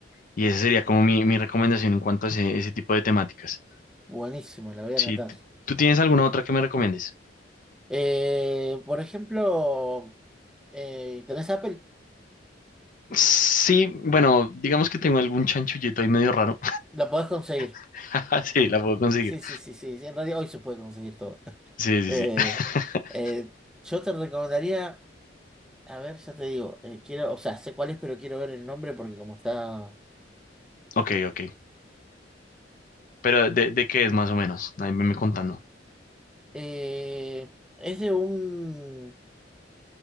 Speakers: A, on the left; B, in the centre.
A: y esa sería como mi, mi recomendación en cuanto a ese, ese tipo de temáticas.
B: Buenísimo, la voy a
A: Sí,
B: anotar.
A: t- ¿tú tienes alguna otra que me recomiendes?
B: Eh, por ejemplo, eh, ¿tenés Apple?
A: Sí, bueno, digamos que tengo algún chanchullito ahí medio raro.
B: La podés conseguir.
A: <laughs> Sí, la puedo conseguir.
B: Sí, sí, sí, sí. sí, En realidad hoy se puede conseguir todo. <laughs>
A: Sí, sí,
B: Eh,
A: sí. <laughs>
B: eh, yo te recomendaría, a ver, ya te digo, eh, quiero, o sea, sé cuál es, pero quiero ver el nombre porque como está...
A: Ok, ok. Pero ¿de, de qué es más o menos? Ahí me contando.
B: Eh, es de un,